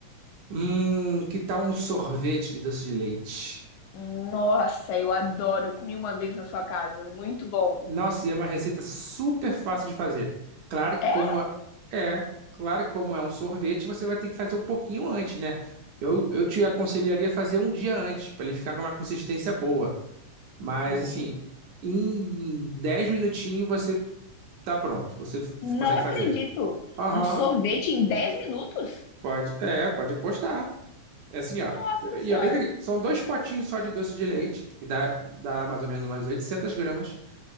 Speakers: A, on the right; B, on the left.
A: Hum, que tal um sorvete de doce de leite?
B: Nossa, eu adoro. Eu comi uma vez na sua casa, muito bom.
A: Nossa, e é uma receita super fácil de fazer. Claro que
B: É?
A: como é, é, claro que como é um sorvete, você vai ter que fazer um pouquinho antes, né? Eu, eu te aconselharia a fazer um dia antes, para ele ficar com uma consistência boa. Mas
B: Entendi.
A: assim, em 10 minutinhos você tá pronto. Você f-
B: Não
A: consegue
B: acredito.
A: fazer. Aham,
B: Um sorvete em 10 minutos?
A: pode. É, pode postar. É assim,
B: Nossa
A: ó.
B: senhora.
A: E é bem, daqui- são dois potinhos só de doce de leite, e dá, dá mais ou menos umas 800 gramas.